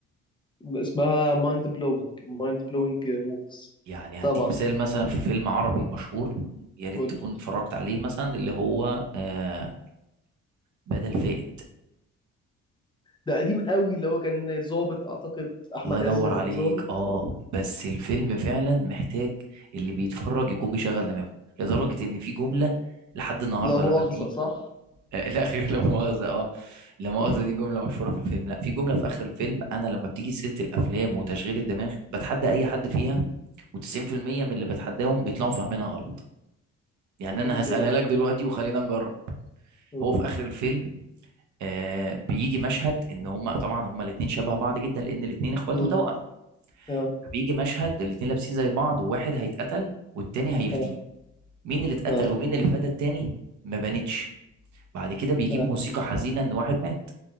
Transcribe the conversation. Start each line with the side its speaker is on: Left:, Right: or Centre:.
Left: اسمها مايند بلوينج مايند بلوينج موفز
Right: يعني
Left: طبعا
Right: هديك مثال مثلا في فيلم عربي مشهور يا ريت
Left: قول
Right: تكون اتفرجت عليه مثلا اللي هو آه بدل فائد
Left: ده قديم قوي اللي هو كان ظابط اعتقد احمد
Right: الله ينور
Left: عز كان
Right: عليك
Left: ظابط
Right: اه
Left: صح
Right: بس الفيلم فعلا محتاج اللي بيتفرج يكون بيشغل دماغه لدرجة ان في جملة لحد النهاردة
Left: لا مؤاخذه
Right: لما بيجي
Left: صح
Right: <laughs> آه، لا خير لا مؤاخذة اه لا مؤاخذة دي جملة مشهورة في الفيلم لا في جملة في آخر الفيلم أنا لما بتيجي سيرة الأفلام وتشغيل الدماغ بتحدى أي حد فيها و90% من اللي بتحداهم بيطلعوا فاهمينها غلط يعني
Left: جمله
Right: أنا هسألها
Left: ايه بقى
Right: لك دلوقتي وخلينا نجرب
Left: اوكي
Right: هو في آخر الفيلم آه بيجي مشهد إن هما طبعا هما الاتنين شبه بعض جدا لأن الاتنين إخوات
Left: امم
Right: وتوأم
Left: اه
Right: فبيجي مشهد الاتنين لابسين زي بعض وواحد هيتقتل والتاني هيفديه
Left: اه
Right: مين اللي اتقتل
Left: اه
Right: ومين اللي فدى التاني ما بانتش بعد كده بيجيب
Left: اه
Right: موسيقى حزينة ان واحد مات